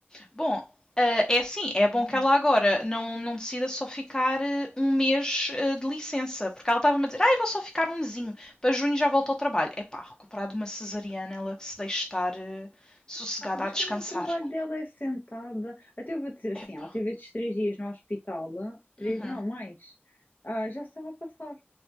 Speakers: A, on the left; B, on the left.
A: Bom, eh, é assim, é bom que ela agora não, não decida só ficar eh, um mês eh, de licença, porque ela estava-me a dizer, ah, eu vou só ficar um mesinho, para junho já volto ao trabalho. Epá, recuperar de uma cesariana, ela que se deixe estar eh, sossegada
B: Ah, mas
A: a descansar.
B: como o trabalho dela é sentada, até eu vou dizer assim,
A: Epá.
B: ela teve estes três dias no hospital, ah, três
A: Uhum.
B: não, mais, Ah, já estava a passar.